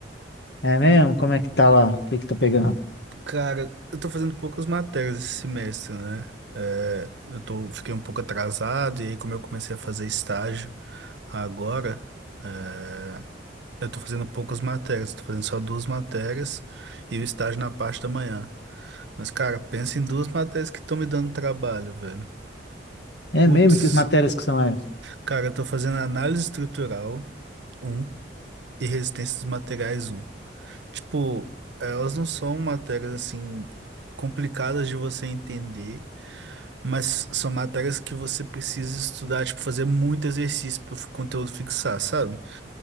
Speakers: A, on the left; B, on the right.
A: É mesmo? Como é que tá lá? O que que tá pegando?
B: Cara, eu tô fazendo poucas matérias esse semestre, né? É, eu tô, fiquei um pouco atrasado, e aí, como eu comecei a fazer estágio agora, é, eu tô fazendo poucas matérias, eu tô fazendo só duas matérias e o estágio na parte da manhã. Mas, cara, pensa em duas matérias que estão me dando trabalho, velho.
A: É
B: Putz.
A: mesmo? Que as matérias que são essas?
B: Cara, eu tô fazendo análise estrutural um e resistência dos materiais um Tipo, elas não são matérias assim complicadas de você entender, mas são matérias que você precisa estudar, tipo, fazer muito exercício para o conteúdo fixar, sabe?